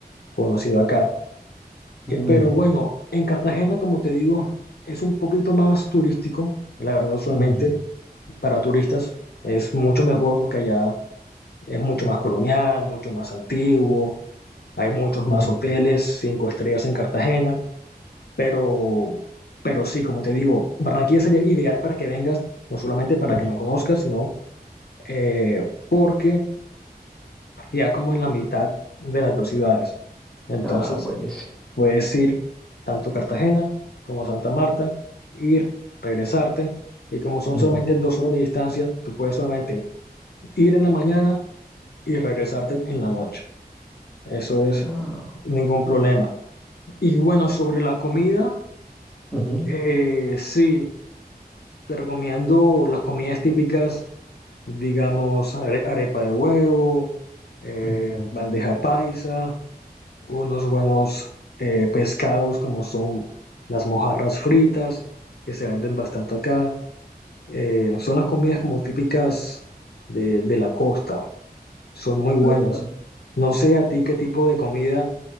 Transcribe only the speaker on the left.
conocido acá.
Eh, pero bueno, en Cartagena, como te digo, es un poquito más turístico, la verdad, usualmente
para turistas es mucho mejor porque allá es mucho más colonial, mucho más antiguo, hay muchos más
hoteles, cinco estrellas en Cartagena, pero, pero sí, como te digo, Barranquilla sería ideal para que vengas, no solamente para
que me conozcas, sino eh, porque ya como en la mitad de las dos ciudades. Entonces,
puedes ir tanto a Cartagena como a Santa Marta, ir, regresarte, y como son
solamente dos horas de distancia, tú puedes solamente ir en la mañana y regresarte en la noche. Eso es
Ningún problema. Y bueno, sobre la comida,
eh, sí, te recomiendo las comidas típicas, digamos, are- arepa de huevo, eh,
bandeja paisa, unos buenos eh, pescados como son las mojarras fritas, que se venden bastante acá. Eh, son las comidas como típicas de, de la costa, son muy buenas.
No sé a ti qué tipo de comida